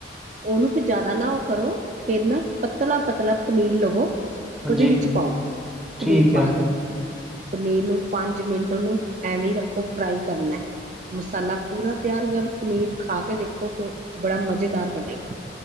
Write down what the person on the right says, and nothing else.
ਉਹਨੂੰ ਫ ਜ਼ਿਆਦਾ ਨਾ ਉਹ ਕਰੋ ਫੇਿਰ ਨਾ ਪਤਲਾ ਪਤਲਾ ਪਨੀਰ ਲਵੋ
ਉਹਦੇ ਵਿੱਚ ਪਾਓ ਪਨੀਰ
ਪਾ
ਦਿੋ ਪਨੀਰ ਨੂੰ ਪੰਜ ਮਿੰਟ ਉਹਨੂੰ ਐਵੇਂ ਰੱਖੋ ਫਰਾਈ ਕਰਨਾ ਮਸਾਲਾ ਪੂਰਾ ਤਿਆਰ ਹੋ ਗਿਆ ਪਨੀਰ ਖਾ ਕੇ ਦੇਖੋ ਫੇਰ ਬੜਾ ਮਜ਼ੇਦਾਰ ਬਣੇਗਾ।